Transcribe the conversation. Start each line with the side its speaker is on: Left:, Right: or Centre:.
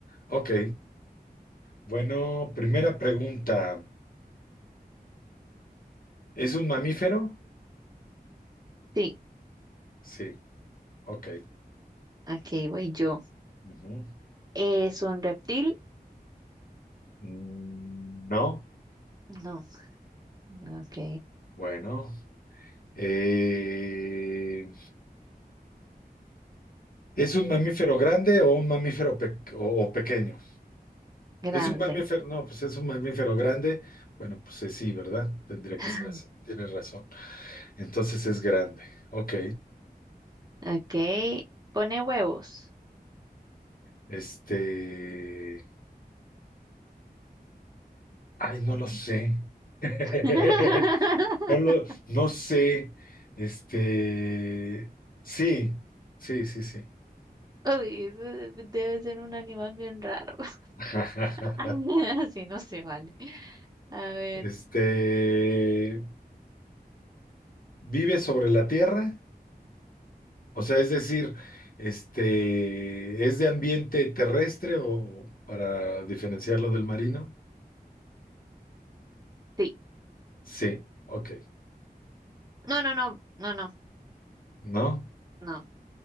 Left: Ok, bueno, primera pregunta. ¿Es un mamífero?
Right: sí,
Left: Sí, ok.
Right: ok, voy yo.
Left: Ujú.
Right: ¿Es un reptil?
Left: Mm, No,
Right: No, ok,
Left: bueno. Eh, ¿es un mamífero grande o un mamífero pe- o, o pequeño?
Right: grande.
Left: Es un mamífero, no, pues es un mamífero grande. Bueno, pues eh, sí, ¿verdad? Tendría que
Right: <laughs>
Left: ser así. Tienes razón. Entonces es grande. Ok.
Right: Ok, pone huevos.
Left: Este. Ay, no lo sé. <laughs>
Right: <laughs>
Left: No lo, no sé. Este. Sí, sí, sí, sí.
Right: Uy, eso debe ser un animal bien raro.
Left: <laughs> Ajá.
Right: <laughs> Así no se vale. A ver,
Left: Este. ¿Vive sobre la tierra? O sea, es decir, este, ¿es de ambiente terrestre o para diferenciarlo del marino?
Right: sí.
Left: Sí, ok.
Right: No, no, no, no, no,
Left: ¿No?
Right: no.